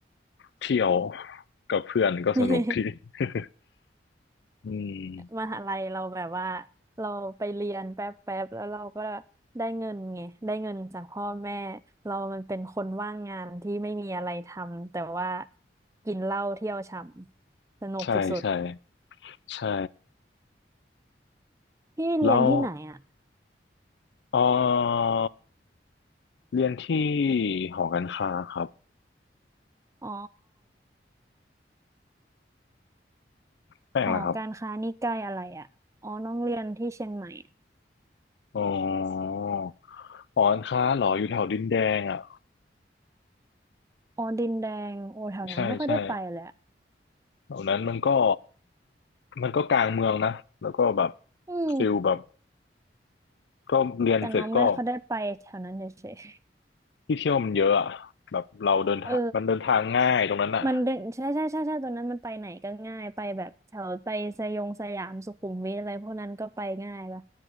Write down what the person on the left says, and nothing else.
เที่ยวกับเพื่อนก็สนุกดี
<laughs> อืม
ใช่ใช่ใช่
แล้วเออเรียนที่หอการค้าครับ
แป้งแล้วครับ
อ๋อหอการค้าเหรออยู่แถวดินแดงอ่ะ
ใช่ใช่แถวนั้นมันก็มันก็กลางเมืองนะ แล้วก็แบบ
ฟิลแบบก็เรียนเสร็จก็
ที่เที่ยวมันเยอะอ่ะแบบเราเดินทางมันเดินทางง่ายตรงนั้นอ่ะ